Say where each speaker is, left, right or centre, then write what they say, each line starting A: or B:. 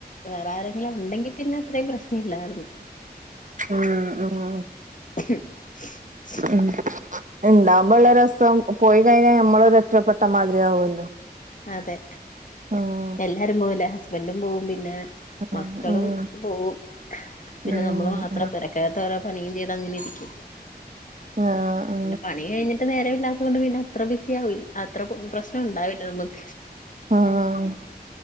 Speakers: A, on the left (about 50°); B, on the right (about 50°).
A: വേറെ ആരെങ്കിലും ഉണ്ടെങ്കി പിന്നെ അത്രേയും പ്രശ്നം ഇല്ലായിരുന്നു
B: ആഹ് ആഹ്
A: <inaudible>
B: ഉം ഉണ്ടാവുമ്പോ ഉള്ള രസം പോയി കഴിഞ്ഞാൽ നമ്മളൊരു ഒറ്റപ്പെട്ട മാതിരിയാവൂല്ലോ
A: അതെ
B: ആഹ്
A: എല്ലാരും പോവൂലേ ഹസ്ബൻഡും പോവും പിന്നെ
B: ഉം
A: മക്കളും
B: ഉം
A: പോവും പിന്നെ
B: ഉം
A: നമ്മള് മാത്രം
B: ഉം
A: പെരക്കകത്ത് ഓരോ പണിയും ചെയ്ത് അങ്ങനെ ഇരിക്കും
B: ആഹ്
A: പിന്നെ പണി കഴിഞ്ഞിട്ട് നേരവില്ലാത്ത കൊണ്ട് പിന്നെ അത്ര ബിസി ആവൂ അത്ര പ്രശ്നം ഉണ്ടാവില്ല നമ്മക്ക്
B: ആഹ്